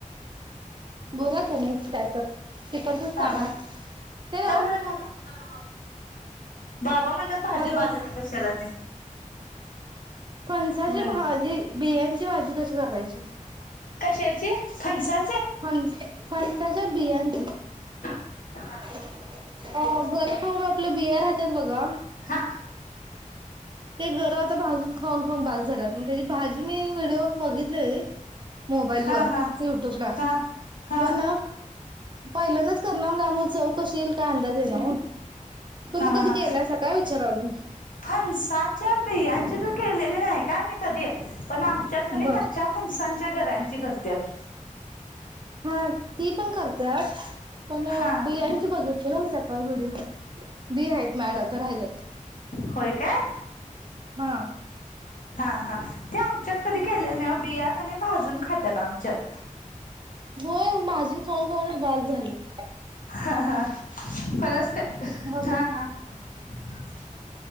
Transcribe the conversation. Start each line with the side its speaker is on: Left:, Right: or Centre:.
Right: बोलात तुमीच कायतर तिकडचं
Left: हा
Right: सांगा
Left: हा
Right: ते नव्ह
Left: चल जरा खायला बाबा म्हणतात भाजी
Right: हॅलो
Left: बाद झाल्या कशाला ती.
Right: फणसाची
Left: होय
Right: भाजी बियांची. फणसाची भाजी कशी करायची.
Left: कशाचे फनसा
Right: फण फणसाच्या बियान
Left: हा.
Right: अ गर खाऊन आपलं बिया राहत्यात बघा.
Left: हा
Right: ते गर आता भाजून खाऊन खाऊन बाद झाल्यात. त्येची भाजी. मी व्हिडिओ बघितलेली. मोबाईल
Left: हा
Right: वर
Left: हा
Right: युट्यूबला
Left: हा हा
Right: पण पहिल्यांदच करणार त्यामुळे. चव कशी येईल काय अंदाज येईना ओ. तुम्ही
Left: हा
Right: कधी
Left: हा
Right: केलाईसां काय विचारा म
Left: फणसाच्या बियांची तर केलेली नाही काय मी कधी पण आमच्यात
Right: बर
Left: कच्च्या फनसानंच त्या गरांची करत्यात.
Right: हा ती पण कर पण
Left: हा
Right: बियांची बघितले ना मी सकाळ व्हिडिओ बि आहेत माझ्याकडे राहिलेत
Left: होय काय
Right: हा.
Left: हा हा ते आमच्यात कधी केलेल नाही. हो बिया कनी भाजून खात्यात आमच्यात.
Right: हो भाजून खाऊन खाऊनच बास झाल्यात.
Left: हा हा फनस्
Right: मग
Left: हा हा <unintelligible>